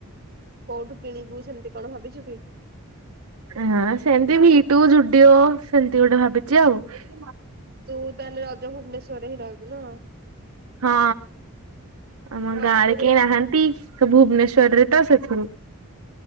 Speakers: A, on the right; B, on the right.
A: କୋଉଠୁ କିଣିବୁ ସେମତି କଣ ଭାବିଛୁ। ହୁଁ।
B: ହଁ ସେମିତି ଭିଟୁ ଯୁଡିଓ ସେମିତି ଗୋଟେ ଭାବିଛି ଆଉ। ଏ
A: ତୁ ତାହେଲେ ରଜ ଭୁବନେଶ୍ଵର ରେ ହିଁ ରହିବୁ ନା।
B: ହଁ ଆମ ଗାଁ
A: ଆଗରୁ
B: ରେ କେହି ନାହାନ୍ତି ତ ଭୁବନେଶ୍୍ୱର ରେ ତ ସେଥିରୁ